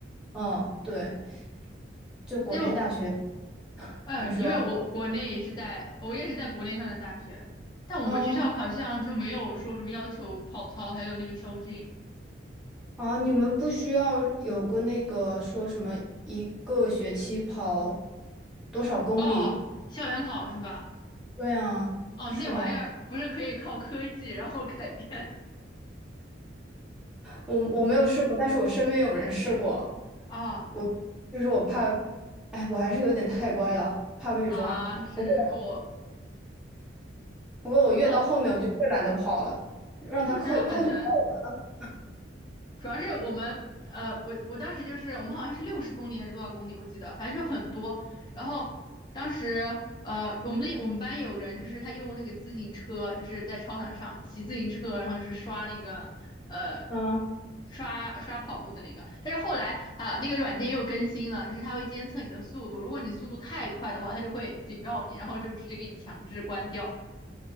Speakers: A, in the centre; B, on the left.
A: 嗯，对。就国内大学，
B: 因为我，呃，
A: 你说，
B: 因为我国内也是在，我也是在国内上的大学，但我们学校好像就没有说什么要求跑操，
A: 嗯，
B: 还有那个宵禁。
A: 哦，你们不需要有个那个说什么一个学期跑多少公里？
B: 哦，校园跑是吧？
A: 对啊，
B: 哦，
A: 是啊，
B: 那玩意儿不是可以靠科技然后改变？
A: 我我没有试过，但是我身边有人试过，
B: <laughs> 啊
A: 我就是我怕，哎，我还是有点太乖了，怕被抓。
B: 啊，是我，
A: 不过不过我越到后面我就越懒得跑了，
B: 但我
A: 让他扣扣就扣吧。
B: 就是它很难。主要是我们，呃，我我当时就是我们好像是六十公里还是多少公里，我记得，反正就很多。然后当时，呃，我们那我们班有人就是他用那个自行车，就是在操场上骑自行车，然后就是刷那个，呃，
A: 嗯
B: 刷刷跑步的那个。但是后来啊，那个软件又更新了，就是它会监测你的速度，如果你速度太快的话，它就会警告你，然后就直接给你强制关掉。